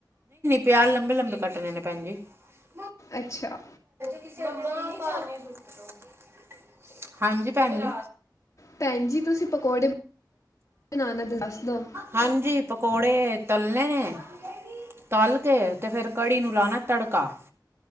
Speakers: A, on the right; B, on the left.
A: ਪਿਆਰ ਲੰਬੇ- ਲੰਬੇ ਕੱਟਣੇ ਨੇ ਭੈਣ ਜੀ। ਤੁਸੀ ਵੀ ਇਸ ਗੱਲ ਨੂੰ ਸਹੀ ਢੰਗ ਨਾਲ ਹੀ ਜੇਕਰ ਤੁਹਾਡੇ ਵਰਗੇ ਹਨ।
B: ਅੱਛਾ।
A: <unintelligible> ਹਾਂਜੀ ਭੈਣ ਜੀ।
B: ਭੈਣ ਜੀ ਤੁਸੀਂ ਪਕੌੜੇ ਬਣਾਣਾ ਦੱਸ ਦੋ।
A: ਹਾਂਜੀ ਪਕੌੜੇ ਤਲਣੇ ਨੇ ਤਲ ਕੇ ਤੇ ਫੇਰ ਕੜੀ ਨੂੰ ਲਾਣਾ ਤੜਕਾ